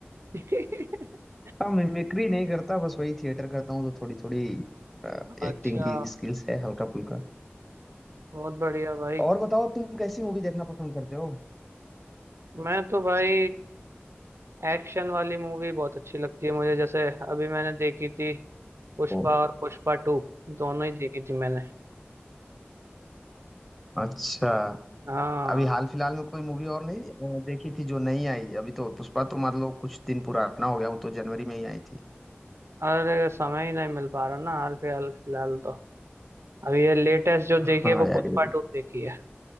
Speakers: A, on the right (about 85°); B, in the centre.
A: <laughs>
B: हाँ मिमिक्री नहीं करता बस वही थिएटर करता हूँ तो थोड़ी थोड़ी
A: अच्छा
B: एक्टिंग की स्किल्स है हल्का फुल्का
A: बहुत बढ़िया भाई
B: और बताओ तुम कैसी मूवी देखना पसंद करते हो
A: मैं तो भाई एक्शन वाली मूवी बहुत अच्छी लगती है मुझे जैसे अभी मैंने देखी थी पुष्पा
B: ओ,
A: और पुष्पा टू दोनों ही देखी थी मैंने
B: अच्छा
A: हाँ
B: अभी हाल फिलहाल में कोई मूवी और नहीं अ, देखी थी जो नहीं आई अभी तो पुष्पा तो मान लो कुछ दिन पुराना हो गया वो तो जनवरी में ही आई थी
A: अरे समय ही नहीं मिल पा रहा ना हाल फिलहाल फिलहाल तो अभी ये लेटेस्ट जो देखी
B: हाँ
A: है वो
B: यार
A: पुष्पा
B: ये भी-
A: टू देखी है